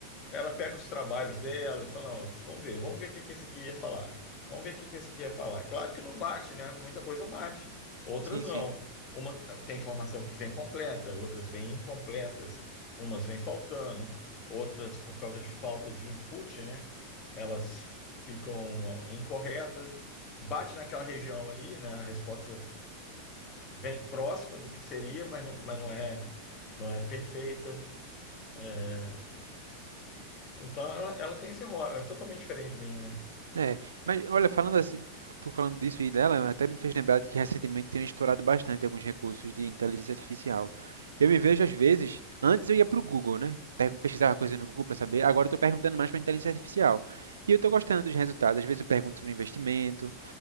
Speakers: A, on the left; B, on the right.
A: Ela pega os trabalhos dela e fala, "Ó, vamos ver, vamos ver o que que esse aqui ia falar. Vamos ver o que que esse aqui ia falar. Claro que não bate, né? Muita coisa bate, outras
B: Sim,
A: não.
B: sim.
A: Uma tem informação que vem completa, outras vêm incompletas, umas vêm faltando, outras por causa de falta de input, né? Elas ficam incorretas. Bate naquela região ali, né? A resposta vem próxima do que seria, mas não, mas não é, não é perfeita. É, Então ela, ela tem esse rol, é totalmente diferente de mim, né?
B: É. Mas olha, falando assim, tu falando disso e dela, até me fez lembrar de que recentemente tenho explorado bastante alguns recursos de inteligência artificial. Eu me vejo às vezes, antes eu ia pro Google, né? Pe- Pesquisava coisas no Google para saber. Agora eu tô perguntando mais para inteligência artificial. E eu tô gostando dos resultados. Às vezes eu pergunto sobre investimento,